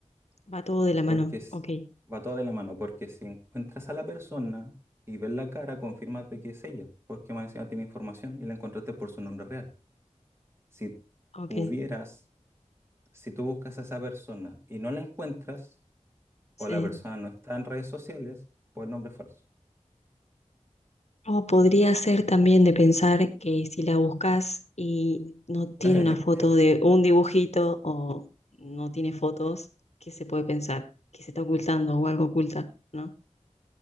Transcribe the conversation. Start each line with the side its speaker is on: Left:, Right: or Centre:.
Left: Va todo de la
Right: Porque
Left: mano.
Right: s-
Left: Ok,
Right: va todo de la mano, porque si encuentras a la persona y ves la cara, confirmas de que es ella, porque más encima tiene información y la encontraste por su nombre real. Si
Left: ok.
Right: tuvieras, si tú buscas a esa persona y no la encuentras,
Left: Sí.
Right: o la persona no está en redes sociales, pues nombre falso.
Left: O podría ser también de pensar que si la buscas y no tiene
Right: <laughs>
Left: una foto de un dibujito o no tiene fotos, ¿qué se puede pensar? Que se está ocultando o algo oculta, ¿no?